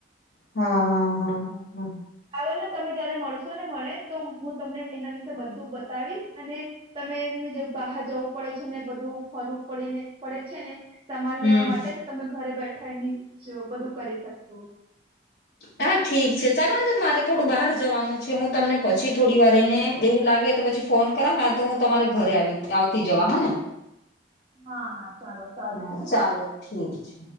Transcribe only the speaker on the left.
હા હા હા હા હા
હમ
હા ઠીક છે ચાલો નેંદર મારે થોડું બહાર જવાનું છે હું તમને પછી થોડી વાર એને એવું લાગે તો પછી ફોન કરા તો હું તમારે ઘરે આવી આવતી જવા, હાને?
હા
ચાલો ઠીક છે